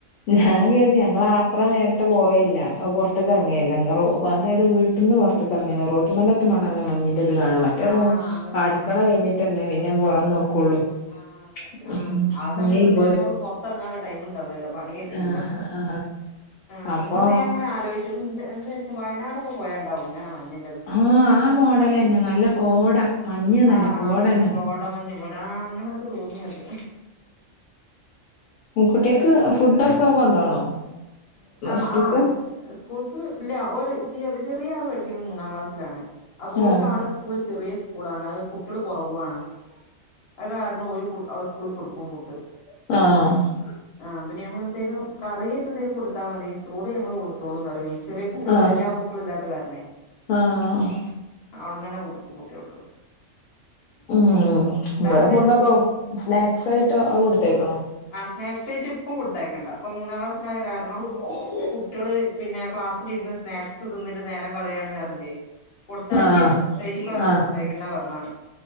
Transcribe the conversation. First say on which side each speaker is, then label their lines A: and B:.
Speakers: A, on the left (about 85°); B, on the left (about 50°).
A: ഞാൻ കരുതി ഞങ്ങളത്ര നേര്ത്തെ പോകലില്ലാ. അഹ് പൊർത്ത് എറങ്ങലില്ലാ
B: ആഹ്
A: ങ്ങറേ അതായത് വീട്ട്ന്ന് പൊർത്ത്ക്ക് എറങ്ങലില്ലാ റോട്ട്മെലെത്തുമ്പളാണല്ലോ മഞ്ഞിൻറ ത് കാണാ മറ്റെ റും
B: അതെ
A: അട്ക്കള
B: ആഹ്
A: കഴിഞ്ഞിട്ടല്ലേ പിന്നെ പൊറം നോക്കൊള്ളൂ.
B: ആഹ് അതെ
A: <unintelligible>
B: ആഹ് ആ സമയത്തൊന്നും പിന്നെ നമക്ക് പൊറത്തിറങ്ങാനുള്ള ടൈമ് ഇണ്ടാവുലല്ലോ പണി യായിരിക്കല്ലോ
A: ആ ആ
B: ആഹ്
A: അപ്പൊ
B: ഇന്ന് ഇപ്പോ ഞാൻ ഇങ്ങനെ ആലോച ചു തിതെ എന്തായിരിക്കും വയനാടൊക്കെ പോയണ്ടാവു ഇങ്ങനെ മഞ്ഞ്
A: ആഹ് ആ മോഡലെന്നെ നല്ല കോട മഞ്ഞ് നല്ല
B: ആഹ്
A: കോട
B: അതെന്നെ
A: തന്നെ
B: കോട മഞ്ഞ് പോലെ ആഹ് അങ്ങനെ ഇക്ക് തോന്നി അത്
A: ഉം കുട്ടിയെക്ക് ഫുഡൊക്കെ കൊണ്ടോണോ
B: ആഹ്
A: സ്കൂൾക്ക്
B: ആഹ് സ്കൂൾക്ക് ഇല്ല ഒരു ചെ ചെറിയ ആള് പഠിക്കുന്നത് മൂന്നാം ക്ലാസ്സിലാണ് അപ്പോല്ക്ക്
A: ആഹ്
B: അവിടെ സ്കൂൾ ചെറിയ സ്കൂളാണ് അത്കുട്ടികൾ കൊറവു ആണ് അത് കാരണം ഓല് ഫുഡ് സ്കൂൾ കൊടുക്കും ഫുഡ്
A: ആഹ്
B: ആഹ് പിന്നെ ഞമ്മൾ എന്തേലും കറിയായിട്ട് എന്തേലും കൊടുത്താൽ മതി ചോറ് ഞങ്ങള് കൊടു ത്തോളുംന്ന് പറിയും ചെറിയ കുട്ടികള്
A: ആഹ്
B: എല്ലാ കുട്ടികളും ഇല്ലാത്ത കാരണെയ്
A: ആഹ്
B: അവിടെന്ന് തന്നെ കൊടുക്കും കുട്ട്യാൾക്ക്
A: ഉം ഇവിടെ
B: എന്തേലും
A: ഫുഡൊക്കെ
B: കൊടുക്കും
A: സ്നാക്സ് ആയിട്ടോ അത് കൊടുത്തയക്കണോ
B: ആഹ് സ്നാക്സായിട്ട് ഇപ്പോഴകൊടുത്തയക്കണ്ട ഇപ്പൊ മൂന്നാം ക്ലാസ്സിലായ കാരണം
A: <inaudible>
B: ഈ കുട്ട്യാള് പിന്നെ ക്ലാസ്സിലിരുന്ന് സ്നാക്സ് തിന്നിട്ട് നേരം കളയാണ് പറഞ്ഞിട്ടെയ് കൊടുത്തയ്ച്ചിന്നു
A: ആഹ്
B: പക്ഷേ ഈ പ്രാവശ്യം
A: ആഹ്
B: കൊടുത്തയക്കണ്ട പറഞ്ഞാണ്